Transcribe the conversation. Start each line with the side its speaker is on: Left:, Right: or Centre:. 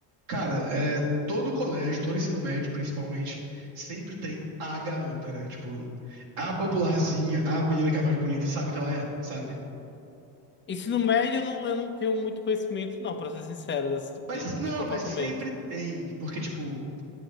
Right: Cara, é, todo colégio, todo ensino médio, principalmente, sempre tem a garota, né? Tipo, a popularzinha, a menina que é mais bonita, e sabe que ela é, sabe?
Left: Ensino médio, eu não, eu não tenho muito conhecimento, não, pra ser sincero, desse tipo
Right: Mas
Left: de,
Right: não,
Left: de comportamento.
Right: mas sempre tem, porque, tipo,